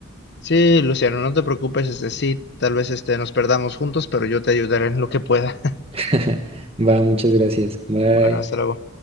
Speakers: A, on the left (about 55°); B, on the right (about 30°).
A: Sí, Luciano, no te preocupes, este sí, tal vez este nos perdamos juntos, pero yo te ayudaré en lo que pueda. <laughs>
B: <laughs> Va, muchas gracias. Bye.
A: Bueno, hasta luego.